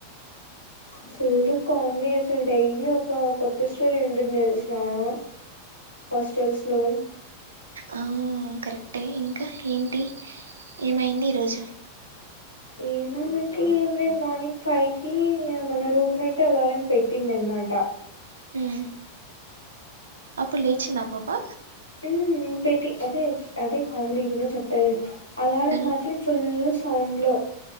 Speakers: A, on the left; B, on the right.
A: ఫుల్ కామెడీ అసలు డైలీ ఒక కొత్త స్టోరీ ఉంటుంది తెలుసునాహాస్టల్స్ లో
B: ఆ కరెక్టే ఇంకా ఏంటి ఏమైంది ఈరోజు
A: ఏమైందంటే ఏం లేదు మార్నింగ్ ఫైవ్ కి మన రూమ్మేట్ అలారం పెట్టిందిన్నమాట
B: మ్మ్ అప్పుడు లేచిందా పాపా
A: ఉమ్ పెట్టి అదే అదే కామెడీ విను చెప్తా విను అలారం
B: మ్మ్
A: మాత్రం ఫుల్ సౌండ్లో